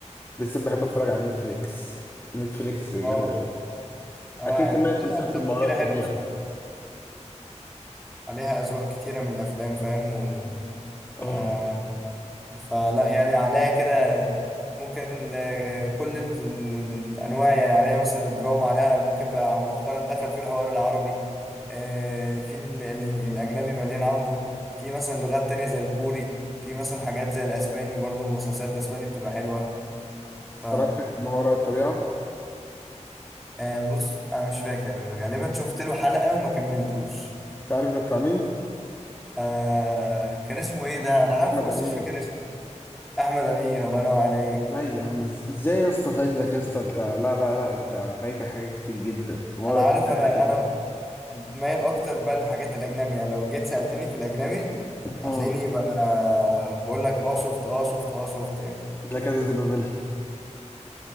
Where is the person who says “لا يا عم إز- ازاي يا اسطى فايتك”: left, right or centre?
Left